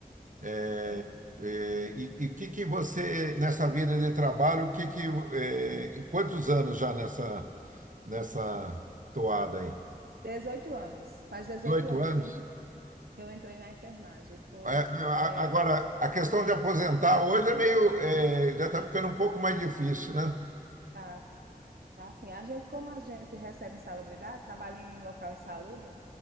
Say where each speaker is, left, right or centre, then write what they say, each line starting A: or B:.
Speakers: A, on the right; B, on the right.
A: É,
B: É.
A: é, e o que que você, nessa vida de trabalho, o que que, é, em quantos anos já nessa, nessa toada aí?
B: dezoito anos. Faz dezoito
A: 18
B: anos
A: anos?
B: que eu entrei, que eu entrei na enfermagem. Foi
A: É, é,
B: assim,
A: a-
B: é,
A: Agora, a questão de aposentar hoje é meio, é, já está ficando um pouco mais difícil, né?
B: tá, tá assim, a gente, como a gente recebe insalubridade, trabalha em local insalubre,